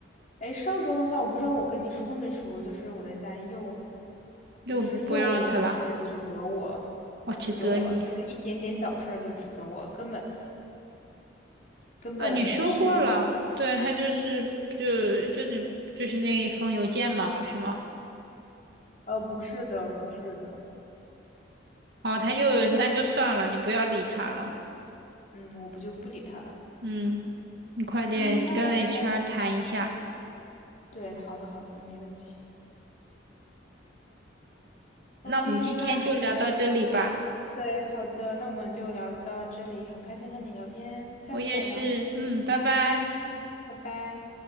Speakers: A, on the left; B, on the right.
A: 哎，上周的话，我不知道我跟你说没说，就是我的 N 加一又，
B: 又不让他了，
A: 就是又就是指责我，
B: 我指责你
A: 指责我，就是一点点小事儿就指责我，根本根本就是，
B: 啊！你说过了，对他就是就就是就是那一封邮件嘛，不是吗？
A: 呃，不是的，不是的，
B: 哦，他又那就算了，
A: 嗯
B: 你不要理他了。
A: 嗯，我不就不理他了。
B: 嗯，你快点跟
A: 嗯，那我们
B: HR 谈一下。
A: 对，好的好的，没问题。
B: 那我们今天就聊到这里吧。
A: OK，那很对，好的，那我们就聊到这里，很开心和你聊天，下次再聊，
B: 我也是，嗯，拜拜。
A: 拜拜。